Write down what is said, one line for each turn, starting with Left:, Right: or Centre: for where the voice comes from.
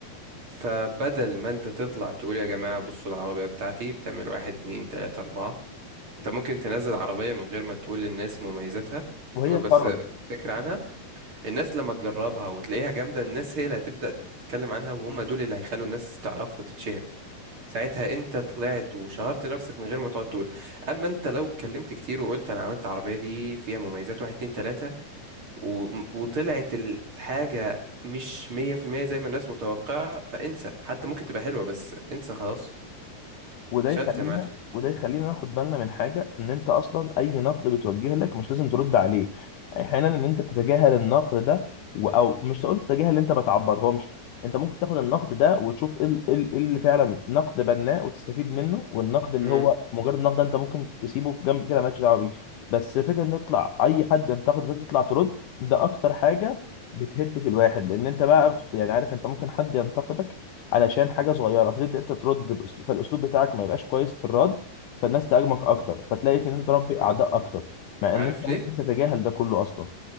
Right: فبدل ما انت تطلع تقول يا جماعة بصوا العربية بتاعتي بتعمل واحد اتنين تلاتة اربعة انت ممكن تنزل عربية من غير ما تقول للناس مميزاتها
Left: وهي
Right: تقول
Left: قرر
Right: بس فكرة عنها الناس لما تجربها وتلاقيها جامدة الناس هي اللي هتبدأ تتكلم عنها وهم دول اللي هيخلوا الناس تعرفها وتتشهر ساعتها انت طلعت وشهرت نفسك من غير ما تقعد تقول اما انت لو اتكلمت كتير وقلت انا عملت العربية دي فيها مميزات واحد اتنين تلاتة و... وطلعت الحاجة مش مية في المية زي ما الناس متوقعة فانسى حتى ممكن تبقى حلوة بس انسى خلاص
Left: وده
Right: فشلت
Left: يخلينا
Right: يا معلم
Left: وده يخلينا ناخد بالنا من حاجه ان انت اصلا اي نقد بيتوجه لك مش لازم ترد عليه احيانا ان انت تتجاهل النقد ده و- او مش تقول تتجاهل انت ما تعبرهمش انت ممكن تاخد النقد ده وتشوف ايه ال- إيه ال- إيه اللي فعلا نقد بناء وتستفيد منه والنقد اللي
Right: مم.
Left: هو مجرد نقد ده انت ممكن تسيبه في جنب كده مالكش دعوه بيه بس فكره ان يطلع اي حد ينتقدك تطلع ترد ده اكتر حاجه بتهد في الواحد لان انت بقى يعني عارف انت ممكن حد ينتقدك علشان حاجه صغيره فتبدا انت ترد باسلوب فالاسلوب بتاعك ما يبقاش كويس في الرد فالناس تهاجمك اكتر فتلاقي ان انت تربي
Right: مم.
Left: اعداء اكتر مع
Right: عارف
Left: ان انت ممكن
Right: ليه؟
Left: تتجاهل ده كله اصلا